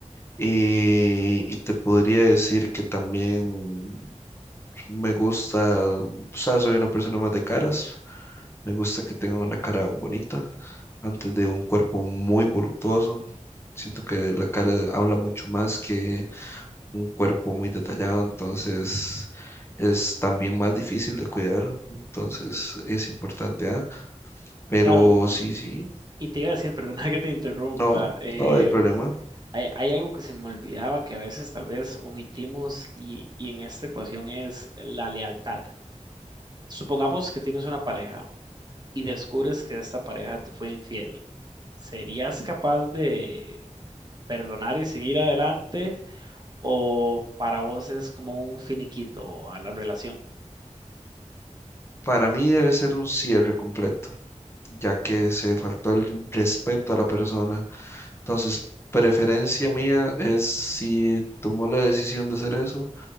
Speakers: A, on the left; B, on the right.
A: Eh, y te podría decir que también me gusta, o sea, soy una persona más de caras, me gusta que tenga una cara bonita antes de un cuerpo muy voluptuoso. Siento que la cara habla mucho más que un cuerpo muy detallado, entonces es también más difícil de cuidar, entonces es importante, ¿ah? Pero
B: Claro, y,
A: sí, sí.
B: y te iba a decir, <laughs> perdona que te interrumpa,
A: No,
B: eh,
A: no hay problema.
B: hay, hay algo que se me olvidaba que a veces tal vez omitimos y, y en esta ecuación es la lealtad. Supongamos que tienes una pareja. y descubres que esta pareja te fue infiel, ¿serías capaz de perdonar y seguir adelante? ¿O para vos es como un finiquito a la relación?
A: Para mí debe ser un cierre completo, ya que se faltó el respeto a la persona. Entonces, preferencia mía es si tomó la decisión de hacer eso,